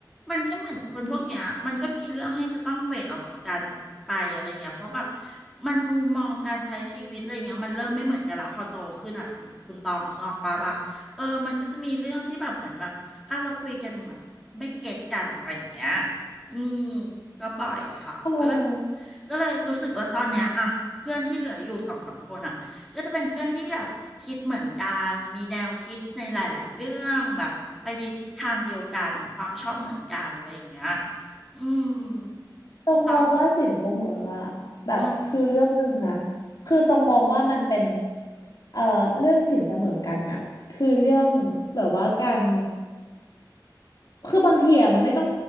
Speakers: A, in the centre; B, on the left (about 50°).
A: มันก็เหมือนคนพวกเนี้ยมันก็มีเรื่องให้จะต้องเฟดออกจากกันไปอะไรเงี้ยเพราะแบบมันมุมมองการใช้ชีวิตอะไรเงี้ยมันเริ่มไม่เหมือนกันละพอโตขึ้นอ่ะคุณคุณตองนึกออกปะแบบเออมันก็จะมีเรื่องที่แบบเหมือนแบบอ่ะเราคุยกันแบบไม่เก็ตกันอะไรอย่างเงี้ย อืมก็บ่อยค่ะก็เลย
B: โอ้
A: ก็เลยรู้สึกว่าตอนเนี้ยอะเพื่อนที่เหลืออยู่สองสามคนอะก็จะเป็นเพื่อนที่แบบคิดเหมือนกันมีแนวคิดในหลายๆเรื่องแบบไปในทิศทางเดียวกันความชอบเหมือนกันอะไรอย่างเงี้ยอืม
B: ตรงมองว่าสินเสมออะแบบคือเรื่องหนึ่งนะ
A: คุณตองอ่ะอืม
B: คือตรงมองว่ามันเป็นเอ่อเรื่องสินเสมอกันน่ะคือเรื่องแบบว่าการคือบางทีอะมันไม่ต้อง